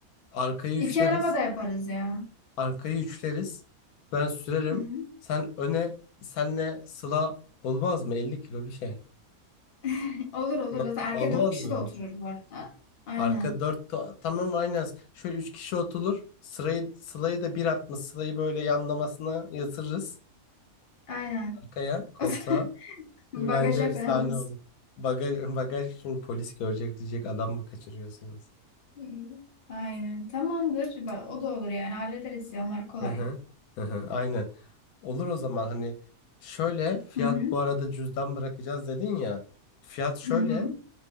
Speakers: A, on the left (about 80°); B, on the left (about 50°).
A: Arkayı
B: İki
A: üçleriz.
B: araba da yaparız ya.
A: Arkayı üçleriz. Ben sürerim.
B: Hı hı.
A: Sen öne senle Sıla olmaz mı? 50 kilo bir şey.
B: <laughs> Olur olur.
A: Hı.
B: Zaten Arka
A: Olmaz
B: dört kişi
A: mı?
B: de oturur bu arada. Aynen.
A: Arka 4 tamam aynen. Şöyle 3 kişi oturur. Sırayı Sıla'yı da bir atmış. Sıla'yı böyle yanlamasına yatırırız
B: Aynen.
A: arkaya
B: <laughs>
A: koltuğa.
B: O zaman
A: Bence
B: Bagaja
A: efsane
B: koyalım.
A: olur. Bagaj, bagaj şimdi polis görecek diyecek adam mı kaçırıyorsunuz?
B: Hı. Aynen. Tamamdır. Ba- O da olur yani. Hallederiz ya. Onlar kolay.
A: Hı hı. Hı hı. Aynen. Olur o zaman hani şöyle fiyat
B: Hı hı.
A: bu arada cüzdan bırakacağız dedin ya. Fiyat şöyle
B: Hı hı.